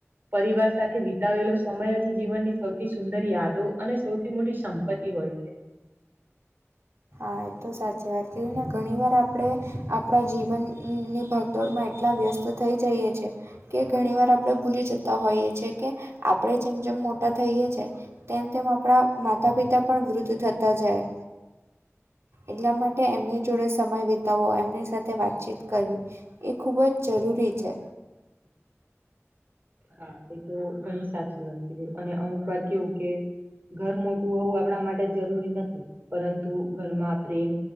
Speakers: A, on the right; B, on the right.
A: પરિવાર સાથે વિતાવેલો સમય જ જીવનની સૌથી સુંદર યાદો અને સૌથી મોટી સમ સંપત્તિ હોય છે
B: હા એ તો સાચી વાત કરીને ઘણી વાર આપણે આપણા જીવનની. ભાગદોડમાં એટલા વ્યસ્ત થઈ જઈએ છે. કે ઘણી વાર આપણે ભૂલી જતા હોઈએ છીએ કે આપણે જેમ જેમ મોટા થઈએ છે. તેમ તેમ આપણા માતા પિતા પણ વૃદ્ધ થતા જાય એટલા માટે એમને જો જોડે સમય વિતાવો એમની સાથે વાતચીત કરવી એ ખૂબ જ જરૂરી છે.
A: હા એ તો ઘણી સાચી વાત કીધી અને અમુક વાર કેવું કે, ઘર મોટું હોવું આપડા માટે જરૂરી નથી પરંતુ ઘરમાં પ્રેમ